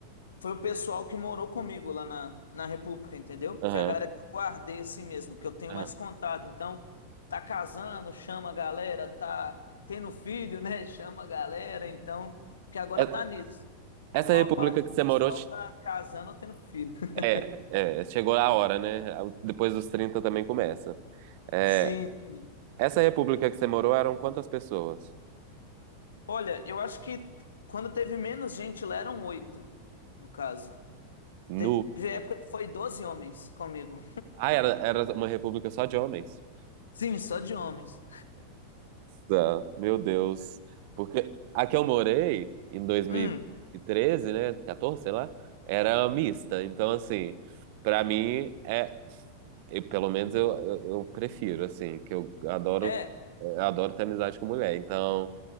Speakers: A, on the left; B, on the right.
A: Foi o pessoal que morou comigo lá na, na República, entendeu?
B: Aham,
A: Foi a galera que eu guardei assim mesmo, que eu tenho
B: aham.
A: mais contato. Então, tá casando, chama a galera, tá tendo filho, né? <laughs> Chama a galera, então, que agora
B: É-
A: tá nisso.
B: Essa
A: A maior
B: república
A: parte
B: que
A: do
B: você
A: pessoal
B: morou.
A: tá casando ou tendo filho. <laughs>
B: É, é, chegou a hora, né? Depois dos 30 também começa. É,
A: Sim, sim.
B: essa república que você morou eram quantas pessoas?
A: Olha, eu acho que quando teve menos gente lá eram oito, no caso.
B: Nu.
A: Teve época que foi 12 homens comigo.
B: Ah, era, era uma república só de homens.
A: Sim, só de homens.
B: Nossa, Meu Deus. Porque a que eu morei em dois mil
A: Hum.
B: e treze né? 14, sei lá, era mista. Então, assim, pra mim é. eu- pelo menos eu, eu, eu prefiro, assim, que eu adoro,
A: é.
B: eu adoro ter amizade com mulher. Então,